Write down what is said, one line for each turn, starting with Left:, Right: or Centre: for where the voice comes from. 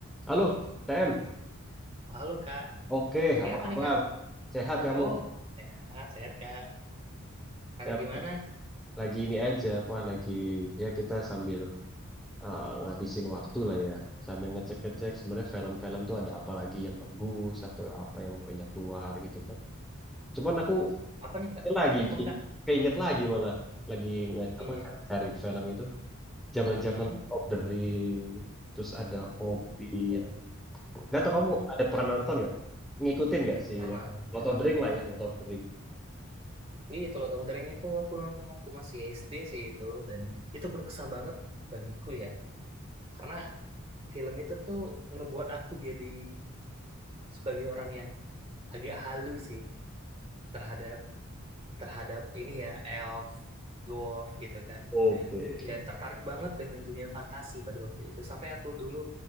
Centre: Halo, TM.
Right: Halo kak,
Centre: Oke,
Right: lagi
Centre: apa
Right: apa
Centre: kabar?
Right: nih kak?
Centre: Sehat kamu?
Right: Oh, sehat, sehat kak. Kakak
Centre: Ya,
Right: gimana?
Centre: lagi ini aja, apa lagi ya kita sambil eh, ngabisin waktu lah ya, sambil ngecek-ngecek sebenarnya film-film tuh ada apa lagi yang bagus atau apa yang banyak keluar gitu kan. Cuman aku
Right: Apa nih kak?
Centre: ini lagi
Right: Rekom kak?
Centre: keinget lagi malah lagi nge-
Right: Iya.
Centre: apa cari film itu zaman-zaman
Right: mm
Centre: Lord of the Ring, terus ada Hobbit.
Right: Oh iya,
Centre: Gak tau kamu
Right: Iya.
Centre: ada pernah nonton nggak? Ngikutin nggak sih
Right: Pernah,
Centre: Lord
Right: pernah,
Centre: of the Ring
Right: pernah.
Centre: lah ya, Lord of the Ring.
Right: Iya, Tulau Tahu Daring itu aku nonton waktu masih SD sih itu. Dan itu berkesan banget bagiku ya. Karena film itu tuh ngebuat aku jadi sebagai orang yang agak halu sih terhadap terhadap ini ya elf, dwarf gitu kan.
Centre: Oke.
Right: dan tertarik banget dengan dunia fantasi pada waktu itu sampai aku dulu